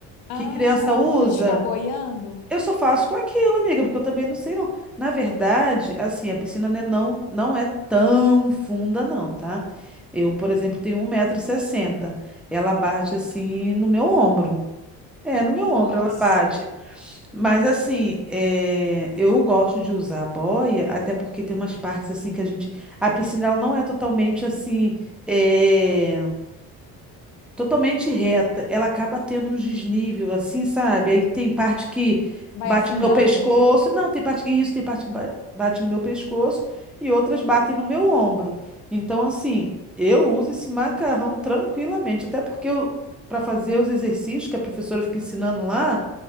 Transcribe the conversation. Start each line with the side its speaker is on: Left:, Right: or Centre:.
Left: Ah,
Centre: que criança usa.
Left: pra gente ficar boiando?
Centre: Eu só faço com aquilo, amiga, porque eu também não sei não. Na verdade, assim, a piscina né, não, não é tão funda não, tá? Eu, por exemplo, tenho um metro e sessenta. Ela bate assim no meu ombro. É, no meu
Left: Nossa,
Centre: ombro ela bate. Mas assim, é, eu gosto de usar a boia, até porque tem umas partes assim que a gente. A piscina ela não é totalmente assim, é, totalmente reta. Ela acaba tendo uns desnível, assim, sabe? Aí tem parte que
Left: vai
Centre: bate
Left: afundando?
Centre: no meu pescoço. Não, tem parte. Isso, tem parte que ba- bate no meu pescoço e outras batem no meu ombro. Então, assim, eu uso esse macarrão tranquilamente, até porque eu, para fazer os exercícios que a professora fica ensinando lá.